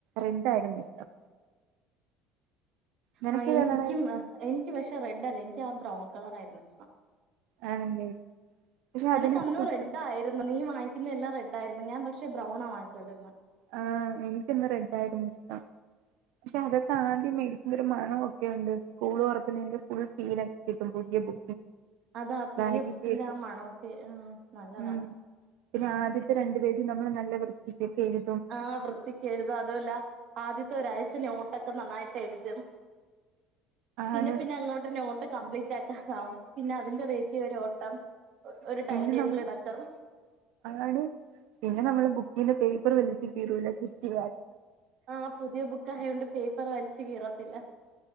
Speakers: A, on the right; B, on the right.
A: റെഡ്ഡായിരുന്നിഷ്ടം. നിനക്കേത്
B: ആ എനിക്കും
A: കളറായിരുന്നു
B: എനിക്ക് പക്ഷെ റെഡല്ല എനിക്ക് ആ ബ്രൗൺ കളറായിരു ഇഷ്ടം.
A: ആണല്ലേ പക്ഷെ
B: നെനക്കന്ന്
A: അതിനൊക്കെ ഫുഡ്
B: റെഡായിര്ന്ന് നീ വാങ്ങി ഇന്ന് എല്ലാം റെഡായിര്ന്ന് ഞാൻ പക്ഷെ ബ്രൗണാ വാങ്ങിച്ചോണ്ടിരുന്നേ
A: ആ എനിക്കന്ന് റെഡായിരുന്നിഷ്ടം. പക്ഷെ അതൊക്ക ആദ്യം മേടിക്കുമ്പൊരു മണവൊക്കെയുണ്ട് സ്കൂൾ തൊറക്കുന്നതിന്റെ ഫുൾ ഫീൽ ഒക്കെ കിട്ടും പുതിയ ബ
B: അതാ പുതിയ
A: ബാഗിന്റെയൊക്കെ
B: ബുക്കിന്റെ ആ മണമൊക്കെ നല്ലതാ
A: ഉം പിന്നെ ആദ്യം രണ്ട് പേജ് നമ്മള് നല്ല വൃത്തിക്കൊക്കെ എഴുതും
B: ആ വൃത്തിക്കെഴുത അതുവല്ല ആദ്യത്തെ ഒരാഴ്ച നോട്ടൊക്കെ നന്നായിട്ട് എഴുതും പിന്നെ
A: ആണ്
B: പിന്നെ അങ്ങോട്ട് നോട്ട് കംപ്ലീറ്റ് ആക പിന്നെ അതിന്റെ റേറ്റീ ഒര് ഓട്ടം ഒരു ടൈം
A: പിന്നെ
B: ടേബിൾ
A: നമ്മൾ
B: ഇടക്കം
A: ആണ് പിന്നെ നമ്മള് ബുക്ക് പിന്നെ പേപ്പറ് വലിച്ച് കീറൂലേ കുറ്റി
B: ആ പുതിയ ബുക്കായയോണ്ട് പേപ്പർ വലിച്ചു കീറത്തില്ല